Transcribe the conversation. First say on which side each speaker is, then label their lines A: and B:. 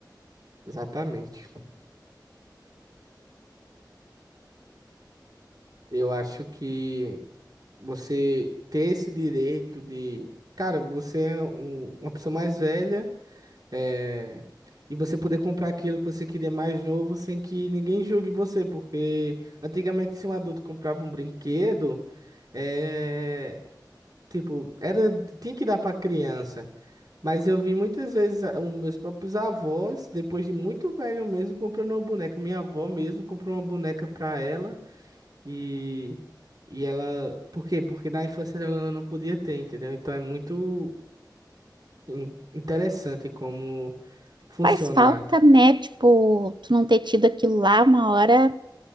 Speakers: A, on the right; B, on the right.
A: exatamente. Eu acho que Você ter esse direito de, cara, você é um- uma pessoa mais velha, é, e você poder comprar aquilo que você queria mais novo sem que ninguém julgue você, porque antigamente se um adulto comprava um brinquedo, é, tipo, era, tinha que dar pra criança. Mas eu vi muitas vezes a- os meus próprios avós, depois de muito velho mesmo, comprando uma boneca. Minha avó mesmo comprou uma boneca pra ela. E, e ela. Por quê? Porque na infância dela ela não podia ter, entendeu? Então é muito in- interessante como funciona.
B: faz falta, né? Tipo, tu não ter tido aquilo lá uma hora,